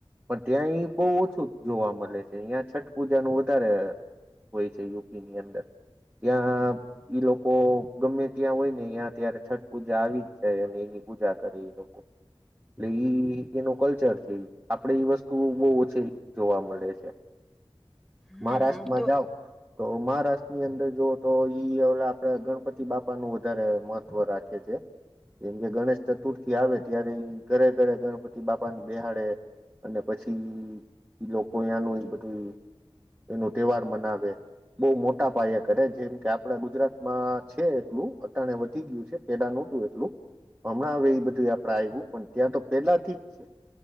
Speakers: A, on the right; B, in the centre.
A: પણ ત્યાં ઈ બો ઓછું જોવા મળે છે. અહીં છઠ પૂજાનું વધારે હોય છે, યુપી ની અંદર. ત્યાં ઈ લોકો ગમે ત્યાં હોય ને ત્યાં ત્યારે છઠ પૂજા આવી જ જાય અને એની પૂજા કરે ઈ લોકો, એટલે ઈ એનું કલ્ચર છે, આપડે વસ્તુઓ બો ઓછી જોવા મળે છે.
B: હમ
A: મહારાષ્ટ્રમાં
B: હમ તો
A: જાઓ તો મહારાષ્ટ્રની અંદર જોુઓ તો ઈ હ આપડા ગણપતિ બાપાનું વધારે મહત્ત્વ રાખે છે, જેમકે ગણેશ ચતુર્થી આવે ત્યારે એમ ઘરે ઘરે ગણપતિ બાપાને બેહાડે અને પછી એ લોકો એનું એ નુંએ બધું એનું તહેવાર મનાવે, બો મોટા પયા કરે જેમકે આપડા ગુજરાતમાં છે એટલું અત્યારે વધી ગયું છે, પેલા નતું એટલું હમણાં હવે એ બધું આપ આવ્યું પણ ત્યાં તો પેલાથી જ છે,